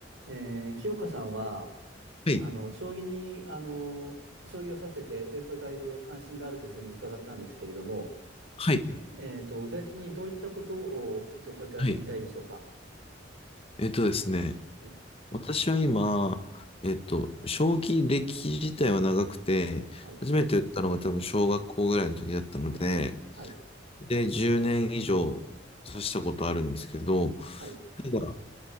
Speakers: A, on the right; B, on the left.
A: えー、清香さんは、
B: はい、
A: あの、将棋に、あの、将棋をさせて、で、これからいろいろ関心があるというふうに伺ったんですけれども、
B: はい、
A: えっと、具体的にどういったことを、えっと、これから知りたいでしょうか。
B: はい。えっとですね、
A: はい、
B: 私は今、えっと、将棋歴自体は長くて、
A: はい、
B: 初めて打ったのが多分小学校ぐらいの時だったので、
A: はい、
B: で、10年以上指したことあるんですけど、
A: はい、
B: ただ、